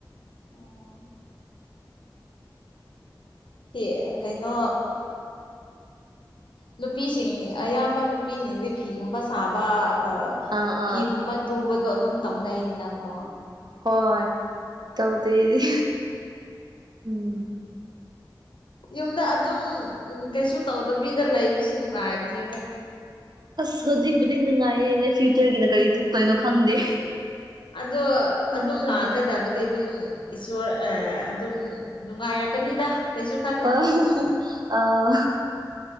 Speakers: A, on the left (about 80°); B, on the right (about 60°).
A: ꯑꯣ ꯇꯦ ꯀꯩꯅꯣ ꯎꯝ ꯅꯨꯄꯤꯁꯤꯡ ꯑꯌꯥꯝꯕ ꯅꯨꯄꯤꯁꯤꯡꯗꯤ ꯐꯤꯒꯨꯝꯕ ꯁꯥꯕ ꯑ
B: ꯑꯥ
A: ꯐꯤꯒꯨꯝꯕ
B: ꯑꯥ
A: ꯇꯨꯕꯗꯣ ꯑꯗꯨꯝ ꯇꯧꯅꯩꯗꯅꯀꯣ
B: ꯍꯣꯏ ꯇꯧꯗꯦ ꯑꯩꯗꯤ ꯎꯝ
A: ꯌꯨꯝꯗ ꯑꯗꯨꯝ ꯎꯝ ꯀꯩꯁꯨ ꯇꯧꯗꯕꯤꯗ ꯂꯩꯕꯁꯨ ꯅꯨꯡꯉꯥꯏꯕꯅꯦꯗ꯫
B: ꯑꯁ ꯍꯧꯖꯤꯛꯕꯨꯗꯤ ꯅꯨꯡꯉꯥꯏꯌꯦꯅꯦ ꯐ꯭ꯌꯨꯆꯔꯒꯤꯅ ꯀꯔꯤ ꯊꯣꯛꯇꯣꯏꯅꯣ ꯈꯪꯗꯦ꯫
A: ꯑꯗꯣ
B: ꯎꯝ
A: ꯑꯗꯨꯝ ꯂꯥꯛꯀꯗꯕꯗꯤ ꯗꯨꯝ ꯏꯁꯣꯔ ꯑꯥ ꯑꯗꯨꯝ ꯅꯨꯡꯉꯥꯏꯔꯛꯀꯅꯤꯗ꯫ ꯀꯩꯁꯨ ꯈꯜꯂꯨꯅꯨ
B: ꯍꯣꯏ ꯑꯥ